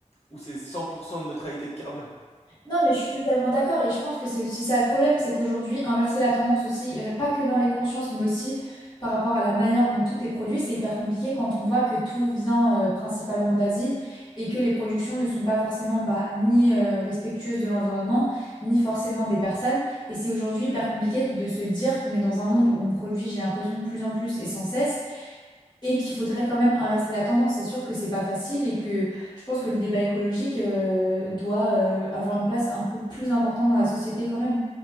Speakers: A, on the left; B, on the left.
A: où c'est 100% de neutralité de carbone.
B: Non, mais je suis totalement d'accord et je pense que c'est aussi ça le problème, c'est qu'aujourd'hui, inverser la tendance aussi, et pas que dans les consciences, mais aussi par rapport à la manière dont tout est produit, c'est hyper compliqué quand on voit que tout vient euh, principalement d'Asie et que les productions ne sont pas forcément bah, ni euh, respectueuses de l'environnement, ni forcément des personnes. Et c'est aujourd'hui hyper compliqué de se dire qu'on est dans un monde où on produit, j'ai l'impression, de plus en plus et sans cesse et qu'il faudrait quand même inverser la tendance. C'est sûr que c'est pas facile et que je pense que le débat écologique euh, doit euh, avoir une place un peu plus importante dans la société quand même.